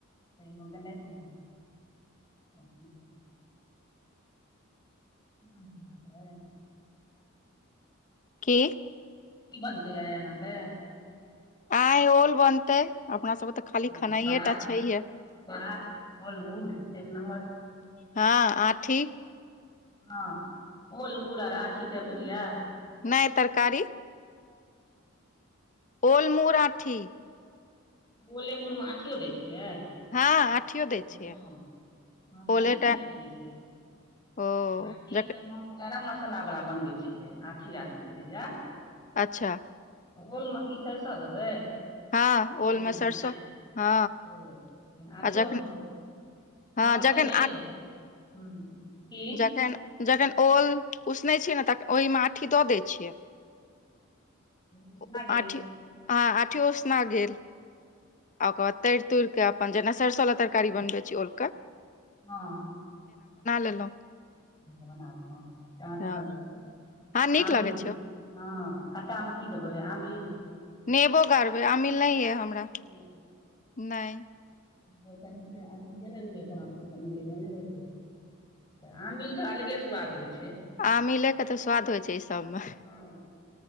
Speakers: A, on the left; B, on the left.
A: हो गेल <unintelligible> अचछा <unintelligible> ब <unintelligible>
B: की?
A: की बनतै आइ अहाँके?
B: आइ ओल बनतै अपना सबके तऽ खाली
A: ओल,
B: खेनाइये
A: वाह-वाह,
B: टा छैहे
A: ओल-मूर एक नम्बर
B: हँ आठी
A: हँ ओल-मूर आर आँठीके भुजिया
B: नइ, तरकारी ओलमूर आंठी
A: ओलेमुरमे आंठियो दै छियै?
B: हँ आठियो दै
A: ओ
B: छियै,
A: हम नहि
B: ओले
A: केने
B: टा
A: रहियै से
B: ओ
A: आँठी
B: जकरा
A: तऽ हम गरम मसाला वला बनबै छियै आठी आलूके रहिया
B: अच्छा
A: ओल में की सरसो देबै
B: हँ
A: ओल म
B: मे सरसो
A: ह
B: हँ
A: आठियो
B: आ जखन
A: म
B: हँ
A: हम
B: जखन
A: तऽ नहि ह
B: तखन जखन ओल उसने छिय ने तख ओहिमे आठी दऽ दै छियै
A: उसना
B: ओ
A: गेल
B: आठ हँ आठीयो उषना गेलल आ ओकर बाद तरि तोरि कऽ अपन जेना सरिसो लला तरकारी बनबै छी ओलके
A: हँ
B: लेलहुँ
A: बना तमे त
B: हँ
A: गर् हो छै
B: हँ नीक
A: आमीिल
B: लगै
A: <unintelligible>
B: छै
A: हँ खट्टामे की देबै आमिल
B: नेबो गाड़बे अमिल नहि ये हमरा
A: ज
B: नय
A: हर कनी अ जेने रहियै धाम से कनी च लेने रहियै तऽ आम मिलकेऽ अलगे स्वाद होइ छै
B: आ मिले के तऽ स्वाद होइ छै ई सबमे
A: हँ